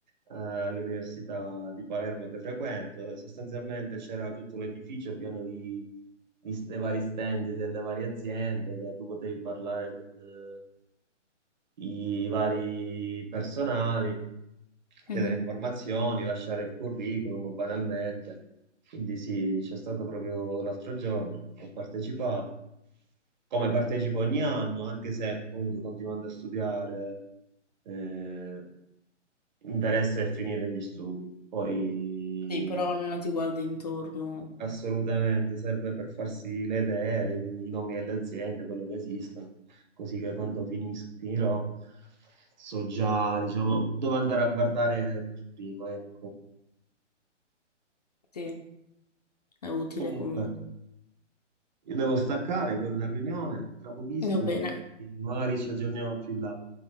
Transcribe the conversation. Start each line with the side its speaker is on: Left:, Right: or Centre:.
Right: all'Università di Palermo che frequento e sostanzialmente c'era tutto l'edificio pieno di, di- dei vari stand delle varie aziende che tu potevi parlare con eh, i vari personali,
Left: Mhm.
Right: chiedere informazioni, lasciare il curriculum banalmente. Quindi sì, c'è stato proprio l'altro giorno, ho partecipato come partecipo ogni anno, anche se comunque continuando a studiare, eh, interessa è finire gli studi. Poi
Left: Sì, però almeno ti guardi intorno.
Right: assolutamente serve per farsi le idee, i, i nomi delle aziende, quello che esistono, così che quando finis- finirò so già, diciamo, dove andare a guardare per prima, ecco.
Left: Sì, è utile
Right: Comunque,
Left: comunque.
Right: io devo staccare con la riunione tra pochissimo,
Left: Va bene,
Right: magari ci aggiorniamo più in là.